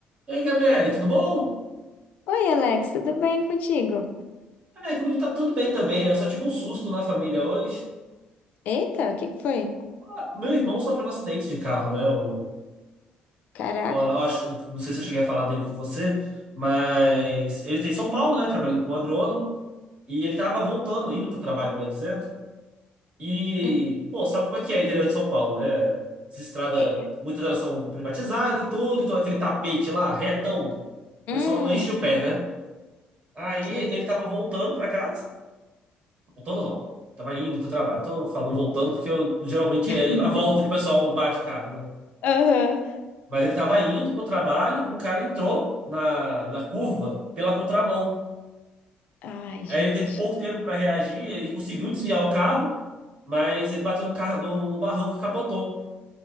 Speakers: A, on the right; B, on the left.
A: E aí, Gabriele, tudo bom?
B: Oi, Alex, tudo bem contigo?
A: Ai, comigo tá tudo bem também. Eu só tive um susto na família hoje.
B: Eita, o que que foi?
A: Ah, Meu irmão sofreu um acidente de carro, né? O,
B: Caraca.
A: o- eu acho, não não sei se eu cheguei a falar dele com você, mas ele tá em São Paulo, né? Trabalhando como agrônomo. E ele tava voltando, indo pro trabalho, melhor dizendo. E,
B: Hum,
A: pô, sabe como é que é o interior de São Paulo, né? As estradas,
B: é.
A: muitas delas são privatizadas e tudo, então aquele tapete lá, retão, o
B: Hum,
A: pessoal não enche o pé, né? Aí
B: sei.
A: ele tava voltando pra casa. Voltando não. Tava indo pro trabalho. Então eu falo voltando porque eu, geralmente
B: <laughs>
A: é na volta que o pessoal bate o carro, né?
B: Aham.
A: Mas ele tava indo pro trabalho, um cara entrou na, na curva pela contramão.
B: Ai, gente.
A: Aí ele teve pouco tempo para reagir, ele conseguiu desviar o carro, mas ele bateu no carro no, no barranco e capotou.